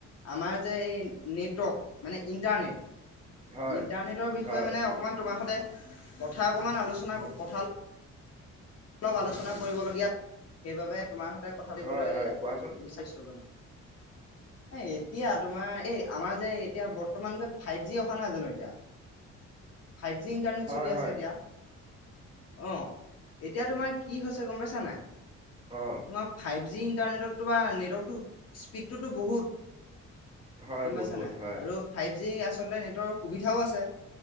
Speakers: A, on the left; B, on the right.
A: আমাৰ যে এই নেটৱৰ্ক মানে, ইণ্টাৰনেট
B: হয়
A: ইন্টাৰনেটৰ বিষয়ে
B: হয়
A: মানে অকমান তোমাৰ সতে, কথা অকমান আলোচনা, কথা অলপ আলোচনা কৰিবলগীয়া, সেইবাবে তোমাৰ সতে কথা পাতিবলৈ
B: হয় হয় কোৱাচোন
A: বিচাৰিছো মানে। এ এতিয়া তোমাৰ, এই আমাৰ যে এতিয়া বৰ্তমান যে ফাইভ জি অহা নাই জানো এতিয়া, ফাইভ জি ইণ্টাৰনেট
B: হয়
A: চলি আছে
B: হয়
A: এতিয়া। অ', এতিয়া তোমাৰ কি হৈছে গম পাইছা নে নাই,
B: অ
A: তোমাৰ ফাইভ যি ইণ্টাৰনেটত তোমাৰ, নেটৱৰ্কতটো স্পীড সেইটোতো বহুত‌
B: হয়
A: গম পাইছানে
B: বহুত
A: নাই
B: হয়
A: আৰু ফাইভ যি আচলতে নেটৰ সুবিধাও আছে,